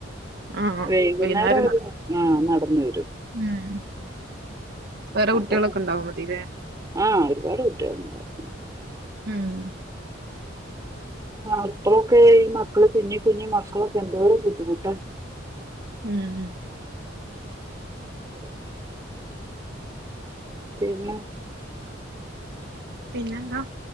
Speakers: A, on the right; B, on the right.
A: ആഹ്
B: വൈകുന്നേരം അവര്
A: നട
B: ആഹ് നടന്ന് വരും.
A: ഉം വേറെ കുട്ടികളൊക്കെ
B: അപ്പൊ
A: ഉണ്ടാവും മതിലെ
B: ആഹ് ഒരുപാട് കുട്ടികളുണ്ടാവും.
A: ഉം.
B: ആഹ് ഇപ്പഴൊക്കെ ഈ മക്കള് കുഞ്ഞി കുഞ്ഞി മക്കളൊക്കെ എന്തോരം ബുദ്ധിമുട്ടാ.
A: ഉം ഉം.
B: <inaudible> പിന്നെ?
A: പിന്നെന്താ?